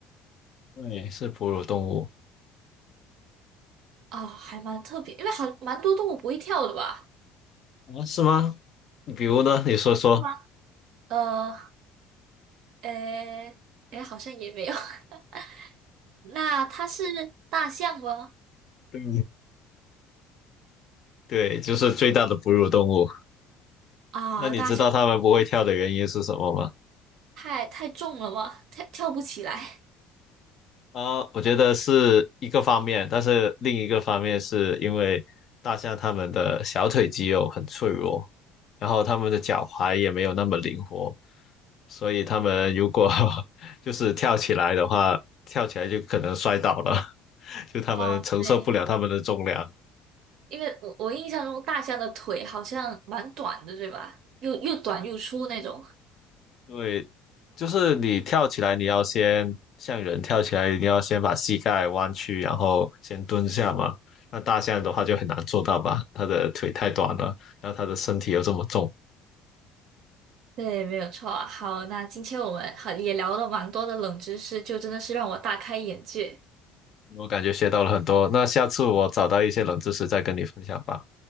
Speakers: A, on the left; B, on the right.
A: 对，是哺乳动物。
B: 哦，还蛮特别，因为好蛮多动物不会跳的吧？
A: 啊，是吗？比如呢？你说说。
B: 是吗？呃，诶，诶，好像也没有。<laughs> 那它是大象吗？
A: 对，对，就是最大的哺乳动物。
B: 啊，
A: 那你知道它们不会跳的原因是什么吗？
B: 大象不能太太重了吗？跳跳不起来。
A: 啊，我觉得是一个方面，但是另一个方面是因为大象它们的小腿肌肉很脆弱，然后它们的脚踝也没有那么灵活，所以它们如果 <laughs> 就是跳起来的话，跳起来就可能摔倒了，<laughs> 就它们承受不了它们的重量。
B: 哦，对，因为我我印象中大象的腿好像蛮短的，对吧？又又短又粗那种。
A: 对，就是你跳起来，你要先像人跳起来，你要先把膝盖弯曲，然后先蹲下嘛。那大象的话就很难做到吧，它的腿太短了，然后它的身体又这么重，
B: 对，没有错啊。好，那今天我们好也聊了蛮多的冷知识，就真的是让我大开眼界。
A: 我感觉学到了很多。那下次我找到一些冷知识再跟你分享吧，